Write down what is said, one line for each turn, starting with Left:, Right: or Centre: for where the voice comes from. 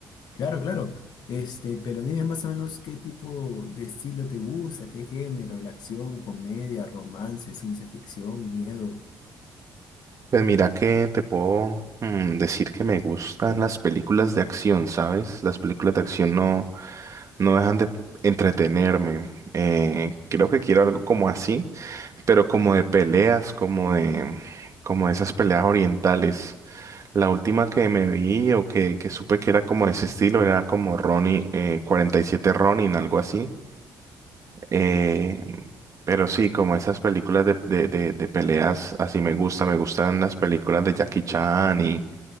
Left: Claro, claro. Este, pero dime más o menos qué tipo de estilo te gusta, qué género, la acción, comedia, romance, ciencia ficción, miedo.
Right: Pues mira que te puedo mm, decir que me gustan las películas de acción, ¿sabes? Las películas de acción no, no dejan de entretenerme. Eh, creo que quiero algo como así, pero como de peleas, como de, como de esas peleas orientales. La última que me vi o que, que supe que era como de ese estilo era como Ronin, eh, 47 Ronin, algo así. Eh, pero sí, como esas películas de, de, de, de peleas, así me gusta, me gustan las películas de Jackie Chan y,